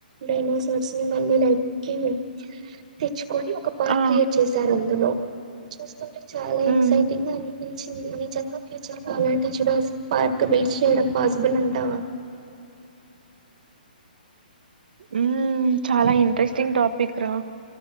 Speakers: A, on the right (about 45°); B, on the right (about 65°).
A: డైనోసోర్స్ ని మళ్ళీ <unintelligible> తెచ్చుకొని ఒక పార్క్
B: ఆ
A: క్రియేట్ చేస్ చార్ అందులో చూస్తుంటే చాలా ఎక్సైటింగ్
B: ఉమ్,
A: గా అనిపించింది నిజంగ ఫ్యూచర్ లో అలాంటి చూడల్సి పార్క్ బిల్డ్ చేయడం పాసిబుల్ అంటావా
B: ఉమ్ చాలా ఇంట్రెస్టింగ్ టాపిక్ రా